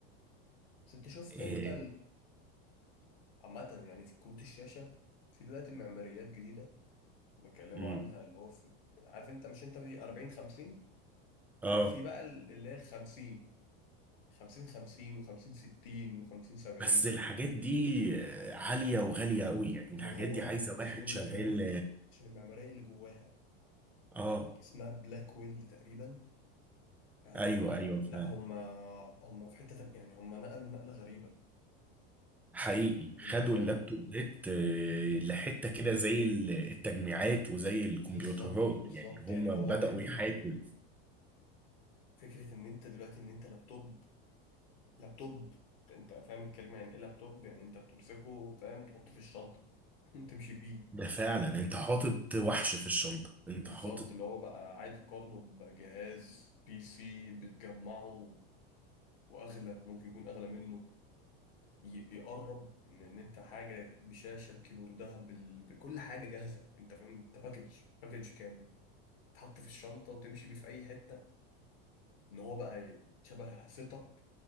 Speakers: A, on the left; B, in the centre.
A: بس انت شفت
B: إيه.
A: انت عامة يعني في كروت الشاشة في دلوقتي معماريات جديدة بيتكلموا
B: مم.
A: عنها اللي هو في عارف انت مش انت في 40 50
B: اه
A: لا في بقى ال- اللي هي ال 50 50 50 و50 60 و50 70
B: بس الحاجات دي آه، عالية وغالية قوي يعني
A: ما
B: الحاجات
A: هو
B: دي عايزة
A: عشان
B: واحد
A: المعمارية
B: شغال
A: عشان المعمارية اللي جواها
B: اه آه.
A: اسمها بلاك ويل تقريبا آه
B: ايوه ايوه فعلا
A: لا هم هم في حتة تانية يعني هم نقلوا نقلة غريبة
B: حقيقي خدوا
A: انت فاهم
B: اللابتوبات آه، لحتة كده زي ال- التجميعات وزي الكمبيوترات
A: بالظبط بالظبط
B: يعني هم
A: يعني هو
B: بدأوا
A: انت
B: يحاكوا ال-
A: فكرة ان انت دلوقتي ان انت لابتوب لابتوب انت انت فاهم الكلمة يعني ايه لابتوب يعني انت بتمسكه فاهم تحطه في الشنطة <laughs> تمشي بيه
B: ده فعلا انت حاطط وحش في الشنطة انت
A: بالظبط
B: حاطط
A: اللي هو بقى عادي تقارنه بجهاز بي سي بتجمعه واغلى ممكن يكون اغلى منه ي- يقرب ان ان انت حاجة بشاشة بكيبوردها بال... بكل حاجة جاهزة انت فاهم انت باكج باكج كامل تحط في الشنطة وتمشي بيه في اي حتة ان هو بقى شبه سيت اب